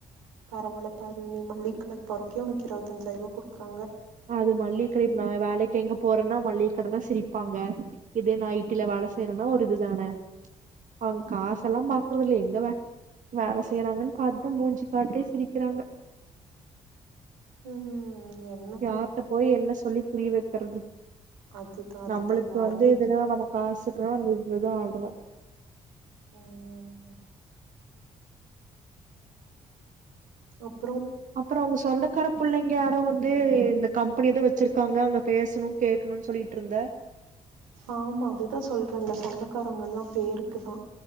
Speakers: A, on the right (about 80°); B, on the right (about 50°).
A: பரவால்ல பாரு நீ மல்லிக்கடைக்கு போறதுக்கே உனக்கு இருபத்தஞ்சாயரூபா கொடுக்குறாங்க
B: அது மல்லியக்கடை இ நான் வேலைக்கு எங்க போறேன்னா மல்லியக்கடை னா சிரிப்பாங்க இதே நைட்டுல வேலை செய்யறேன்னா ஒரு இதுதானே அவங்க காச எல்லாம் பாக்குறது இல்ல எங்க வே வேலை செய்யறாங்கன்னு பார்த்துதா மூஞ்சு பார்த்தே சிரிக்கிறாங்க
A: உம்ம்ம் இன்னும்
B: யார்ட போய் என்ன சொல்லி புரிய வைக்கறது
A: அதுதா அதுதா
B: நம்மளுக்கு
A: யாருக்கு
B: வந்து
A: எது
B: எதுனா நமக்கு காசுக்கலாம் அங்க இருந்துதான் ஆகணும்
A: ம்ம்ம் ஒப்
B: அப்புறம் அவங்க சொந்தக்கார புள்ளைங்க யாரோ வந்து இந்த கம்பெனிதான் வச்சிருக்காங்க அங்க பேசணும் கேட்கணும் சொல்லிகிட்டு இருந்தே
A: ஆமா அதுதான் சொல்றே இந்த சொந்தக்காரங்கலாம் பேருக்குதான்